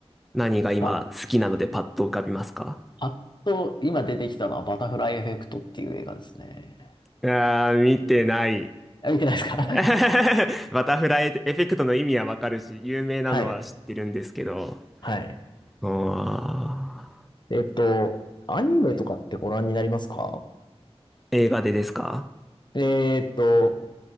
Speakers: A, in the centre; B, on the left.
A: 何が今好きなのでパッと浮かびますか
B: ば、あっと、今出てきたのはバタフライエフェクトっていう映画ですね。
A: あー、見てない。
B: あ見てないですか <laughs>
A: <laughs> バタフライエフェクトの意味はわかるし、有名なのは知ってるんですけど、
B: はい。はい。
A: ああ、
B: えっと、アニメとかってご覧になりますか
A: 映画でですか
B: えっと、